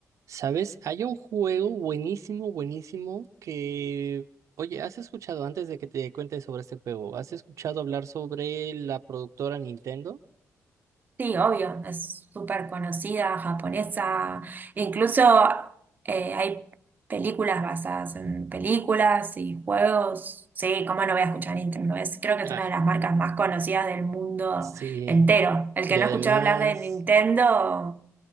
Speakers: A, on the right; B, on the right.
A: ¿Sabes? Hay un juego buenísimo, buenísimo que... Oye, ¿has escuchado antes de que te cuente sobre este juego? ¿Has escuchado hablar sobre la productora Nintendo?
B: Sí, obvio, es súper conocida, japonesa, incluso eh, hay películas basadas en películas y juegos. Sí, ¿cómo no voy a escuchar a Nintendo? Es, creo que es
A: Ah,
B: una de las marcas más conocidas del mundo
A: sí.
B: entero. El
A: Y
B: que no
A: además,
B: escuchó hablar de Nintendo,